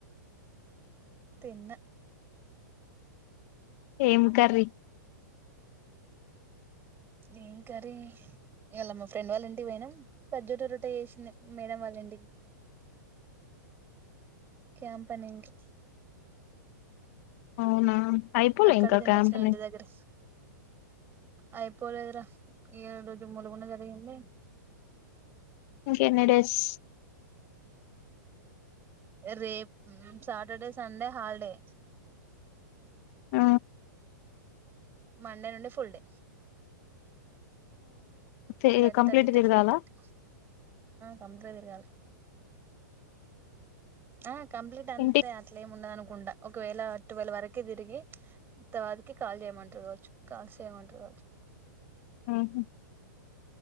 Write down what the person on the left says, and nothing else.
ఏం కర్రీ
అవునా అయిపోలే
ఇంకా
క్యాంప్
ని
ఇంక ఎన్ని డేస్
ఆ
తే
కంప్లీట్
తిరగాల
ఇంటి
ఉ